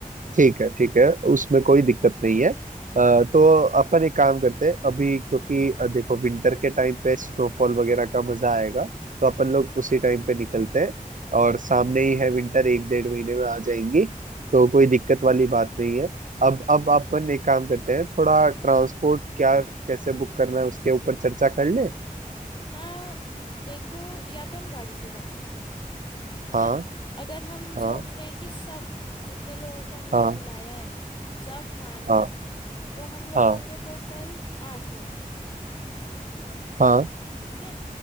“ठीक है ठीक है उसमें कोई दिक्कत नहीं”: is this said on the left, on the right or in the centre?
Right